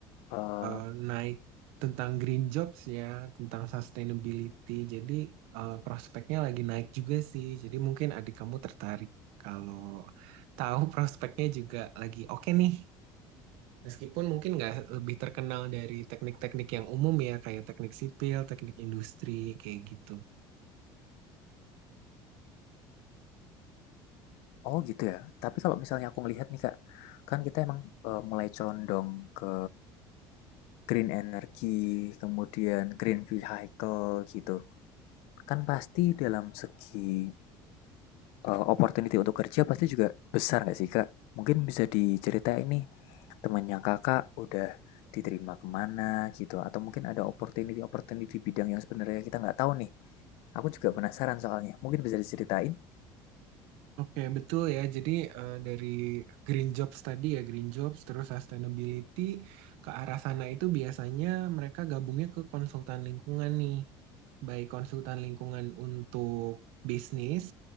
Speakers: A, on the left; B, on the right.
A: eh,
B: eh, naik tentang green jobs ya, tentang sustainability. Jadi eh, prospeknya lagi naik juga sih. Jadi mungkin adik kamu tertarik kalau tahu <laughs> prospeknya juga lagi oke nih. Meskipun mungkin nggak lebih terkenal dari teknik-teknik yang umum ya, kayak teknik sipil, teknik industri, kayak gitu.
A: oh gitu ya. Tapi kalau misalnya aku melihat nih Kak, kan kita emang eh, mulai condong ke green energy, kemudian green vehicle gitu. Kan pasti dalam segi eh, opportunity untuk kerja pasti juga besar nggak sih kak? Mungkin bisa diceritain nih temannya kakak udah diterima kemana gitu atau mungkin ada opportunity opportunity bidang yang sebenarnya kita nggak tahu nih. Aku juga penasaran soalnya. Mungkin bisa diceritain?
B: Oke, betul ya. Jadi eh, dari green jobs tadi ya, green jobs terus sustainability ke arah sana itu biasanya mereka gabungnya ke konsultan lingkungan nih. Baik konsultan lingkungan untuk bisnis,